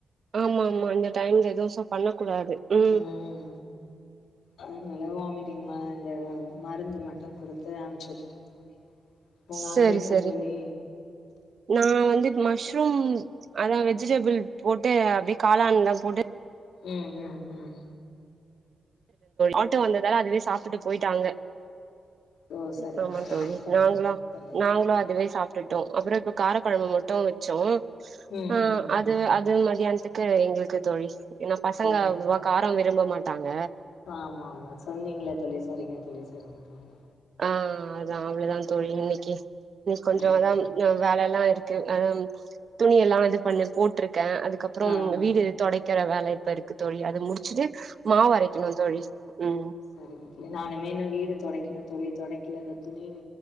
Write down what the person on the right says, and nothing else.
ஆமா ஆமா இந்த டைம்ல ஏதோச பண்ண கூடாது உம்
சேரி
சேரி
நா வந்து மஷ்ரூம் அதா வெஜிடபிள் போட்டு அப்டியே காளான் தா போட்டு
ஆட்டோ வந்ததால அதுவே சாப்டுட்டு போயிட்டாங்க
அப்புறோ
தோழி நாங்களு
நாங்களு அதுவே சாப்ட் ட்டுட்டோ அப்புற இப்ப காரக்குழம்பு மட்டு வச்சோம்
ஆ
அது
அது மதியானத்து க்கு எங்களுக்கு தோழி ஏன்னா பசங்க
அவ்ளவா காரம் விரும்ப மாட்டாங்க
ஆ அதா அவ்ளதா தோழி இன்னிக்கு இனிக் கொஞ்சோ
அதா இன்னு வேலலா இருக்கு அதா துணியெல்லா இது பண்ணி போட்டுருக்க அதுக்கப்புறோ
வீடு தொடைக்கிற வேல இப்ப இருக்கு தோழி அத முடிச்சுட்டு மாவு அரைக்குணு தோழி ம்